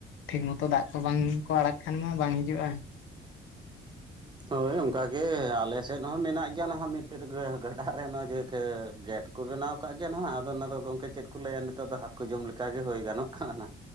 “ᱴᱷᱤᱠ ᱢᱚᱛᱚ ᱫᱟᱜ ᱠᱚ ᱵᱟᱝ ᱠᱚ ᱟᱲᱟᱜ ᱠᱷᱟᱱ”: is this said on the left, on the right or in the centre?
Left